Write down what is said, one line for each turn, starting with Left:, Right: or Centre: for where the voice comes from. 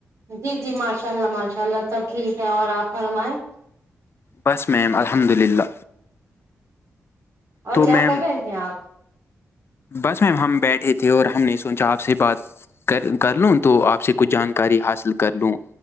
Right: جی جی ماشاء اللہ ماشاء اللہ سب ٹھیک ہے اور آپ فرمائیں
Left: بس میم الحمد للہ
Right: اور
Left: تو
Right: کیا
Left: میم
Right: کر رہے تھے آپ
Left: بس میم ہم بیٹھے تھے اور ہم نے سوچا آپ سے بات کر کر لوں تو آپ سے کچھ جانکاری حاصل کر لوں